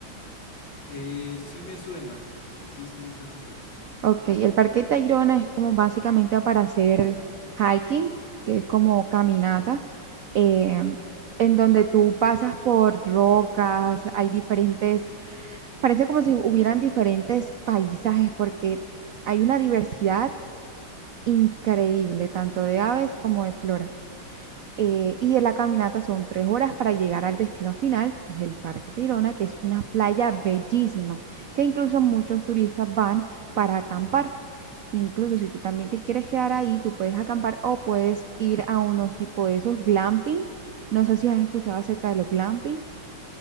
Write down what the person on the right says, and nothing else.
Ok, el Parque Tayrona es como básicamente para hacer hiking, que es como caminata, eh, en donde tú pasas por rocas, hay diferentes, parece como si hubieran diferentes paisajes, porque hay una diversidad increíble, tanto de aves como de flora. eh, y de la caminata son tres horas para llegar al destino final, que es el Parque Tayrona, que es una playa bellísima, que incluso muchos turistas van para acampar. Incluso si tú también te quieres quedar ahí, tú puedes acampar o puedes ir a unos tipo de esos glamping. No sé si has escuchado acerca de los glamping.